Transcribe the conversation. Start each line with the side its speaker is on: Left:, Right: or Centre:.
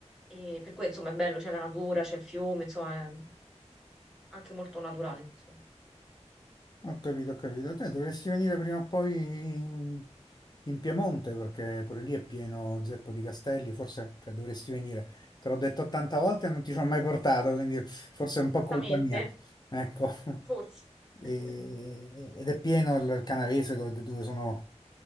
Centre: e per cui insomma è bello, c'è la natura, c'è il fiume, insomma è anche molto naturale, insomma.
Left: Ho capito, ho capito. Te dovresti venire prima o poi in, in Piemonte perché pure lì è pieno zeppo di castelli, forse cioè, dovresti venire. Te l'ho detto 80 volte e non ti ci ho mai portato, quindi forse è un po'
Centre: Esattamente,
Left: colpa mia. Ecco. <laughs>
Centre: forse. <laughs>
Left: E- ed è pieno il Canavese dove, dove sono